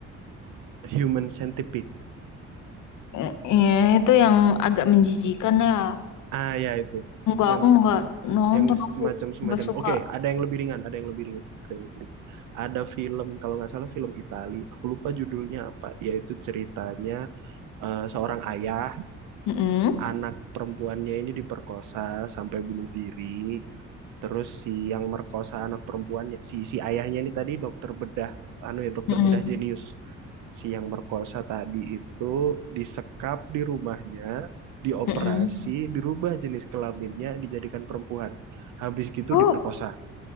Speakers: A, on the right; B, on the left.
A: Human Centipede?
B: Eh, Ya, itu yang agak menjijikan ya.
A: Ah, ya itu.
B: Enggak,
A: Yang
B: aku enggak nonton,
A: yang
B: aku
A: semacam-semacam.
B: enggak suka.
A: Oke, ada yang lebih ringan, ada yang lebih ringan, ada yang lebih ringan. Ada film kalau nggak salah film Itali. Aku lupa judulnya apa. Dia itu ceritanya eh, seorang ayah,
B: Mm-mm.
A: anak perempuannya ini diperkosa sampai bunuh diri. Terus si yang merkosa anak perempuannya, si si ayahnya ini tadi dokter bedah, anu ya dokter
B: Mm-mm.
A: bedah jenius. Si yang merkosa tadi itu disekap di rumahnya, dioperasi,
B: Mm-mm.
A: dirubah jenis kelaminnya, dijadikan perempuan. Habis gitu
B: Oh,
A: diperkosa.